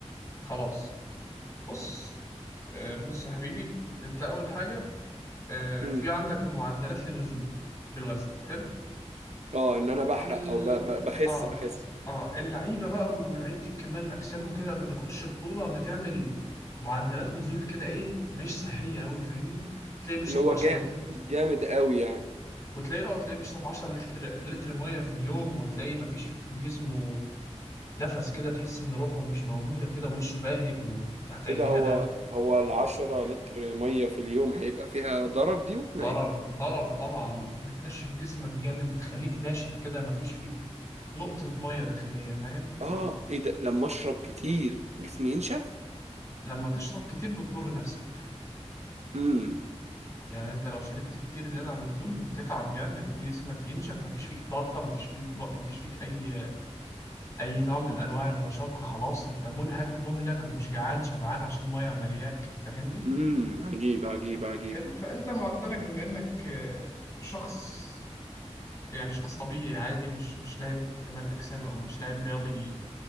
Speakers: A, on the left; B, on the right.
A: خلاص بص آه، بص يا حبيبي انت اول حاجه آه،
B: امم
A: في عندك معدلات للنزول في الوزن حلو
B: اه ان انا بحرق
A: ال...
B: او ب... ب... بخس
A: اه
B: بخس
A: اه اللعيبه بقى ولعيبه الكمال الاجسام وكده قبل ما تخش بطوله بتعمل معدلات نزول كده ايه مش صحيه قوي فاهمني تلاقيه بيشرب
B: اللي هو
A: 10
B: جا...
A: لتر
B: جامد قوي يعني
A: وتلاقيه اه تلاقيه بيشرب 10 لتر لتر ميه في اليوم وتلاقيه مفيش في جسمه نفس كده تحس ان روحه مش موجوده كده ووشه باهت و- وتحت عينيه
B: ايه ده هو
A: هالات
B: هو ال 10 لتر ميه في اليوم هيبقى فيها ضرر دي ولا
A: ضرر
B: ايه
A: ضرر طبعا بتنشف جسمك جامد بتخليك ناشف كده مفيش فيك نقطة مية داخلية فاهم
B: اه ايه ده لما اشرب كتير جسمي ينشف
A: ولما تشرب كتير بتضر نفسك
B: امم
A: يعني انت لو شربت كتير زيادة عن اللزوم تتعب جامد جسمك ينشف مفيش فيك طاقة مفيش فيك مفيش فيك أي أي نوع من أنواع الرشاقة خلاص انت منهك مهلك ومش جعان شبعان عشان مية ملياك فاهمني
B: امم عجيب عجيب عجيب
A: حلو فانت معدلك بما انك آه، شخص يعني شخص طبيعي عادي مش مش لاعب كمال أجسام أو مش لاعب رياضي